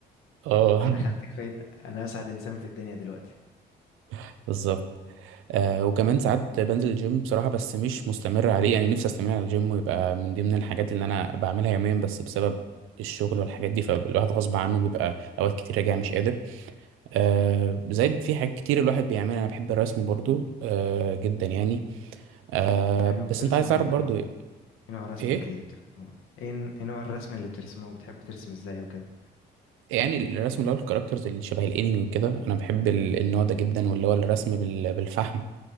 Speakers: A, on the right (about 75°); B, on the left (about 75°).
A: اه
B: انا خدت كفايه انا اسعد انسان في الدنيا دلوقتي
A: <laughs> بالظبط آه وكمان ساعات بنزل الجيم بصراحه بس مش مستمر عليه يعني نفسي استمر على الجيم ويبقى من ضمن الحاجات اللي انا بعملها يوميا بس بسبب الشغل والحاجات دي فالواحد غصب عنه بيبقى اوقات كتير راجع مش قادر آه
B: مم.
A: زائد في حاجات كتير الواحد بيعملها انا بحب الرسم برضو آه جدا يعني آه
B: حلو
A: بس
B: بترسم
A: انت عايز تعرف
B: ايه
A: برضو
B: او ايه نوع رسمك
A: ايه
B: اللي بترسمه ايه ايه نوع الرسم اللي بترسمه وبتحب ترسم ازاي وكده
A: يعني الرسم اللي هو الكاركترز اللي شبه الانمي وكده انا بحب ال- النوع ده جدا واللي هو الرسم بال- بالفحم